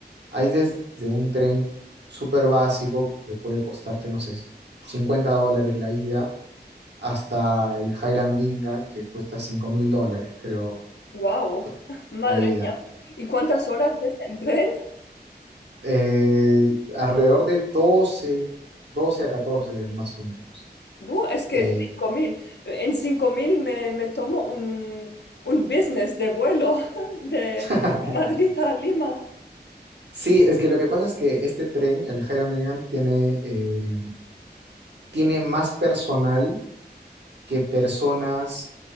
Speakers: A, on the right; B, on the left.
A: Hay desde un tren súper básico que puede costarte, no sé, 50 dólares la ida, hasta el Hiram Bingham que cuesta cinco mil dólares, creo,
B: Wow,
A: eh,
B: <laughs> madre
A: la ida.
B: mía. ¿Y cuántas horas es en tren?
A: Eh, alrededor de doce doce a 14 más o menos.
B: Bu, es que
A: Eh,
B: cinco mil En 5.000 me, me tomo un, un business de vuelo <laughs> de
A: <laughs>
B: Madrid a Lima.
A: sí, es que lo que pasa es que este tren, el Hiram Bingham, tiene, eh, tiene más personal que personas,